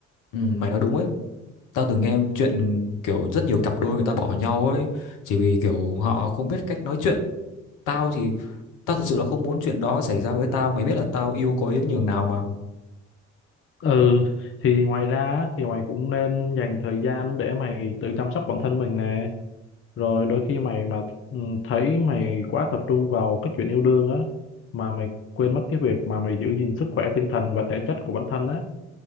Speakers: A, on the left; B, on the left.
A: ừ, mày nói đúng ấy tao từng nghe chuyện kiểu rất nhiều cặp đôi người ta bỏ nhau ấy chỉ vì kiểu họ không biết cách nói chuyện tao thì tao thật sự là không muốn chuyện đó xảy ra với tao mày biết là tao yêu cô ấy đến nhường nào mà
B: ừ thì ngoài ra á, thì mày cũng nên dành thời gian để mày tự chăm sóc bản thân mình nè rồi đôi khi mày mà ừ, thấy mày quá tập trung vào cái chuyện yêu đương á mà mày quên mất cái việc mà mày giữ gìn sức khỏe tinh thần và thể chất của bản thân á